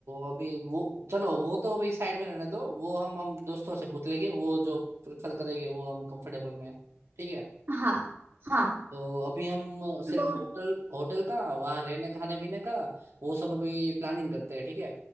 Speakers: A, on the right (about 85°); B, on the right (about 60°).
A: अभी वो चलो वो तो अभी साइड में रहने दो वो हम हम दोस्तों से पूछ लेंगे वो जो प्रेफर करेंगे वो हम कंफर्टेबल में ठीक है
B: हाँ हाँ
A: तो अभी हम सिर्फ
B: तो
A: होटल होटल का वहाँ रहने खाने पीने का वो सब अभी प्लानिंग करते हैं ठीक है